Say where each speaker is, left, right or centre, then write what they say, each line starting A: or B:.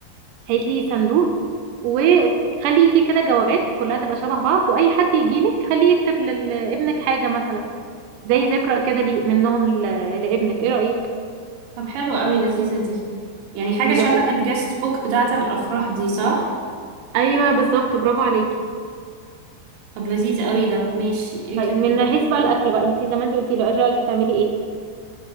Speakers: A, on the right (about 85°); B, on the right (about 65°).
A: هات لي صندوق وخلي فيه كده جوابات كلها تبقى شبه بعض واي حد يجيلك خليه يكتب لل- لابنك حاجه مثلا زي ذكرى كده لي منهم ل- لابنك ايه رايك
B: طب حلو قوي لذيذة دي يعني حاجة
A: نذاكر
B: شبه الجست بوك بتاعة الافراح دي صح
A: ايوه بالظبط برافو عليكي
B: طب لذيذ قوي ده ماشي ايه
A: طيب
B: كمان
A: من حيث بقى الاكل بقى انتي زمان قلتي لي ايه رايك هتعملي ايه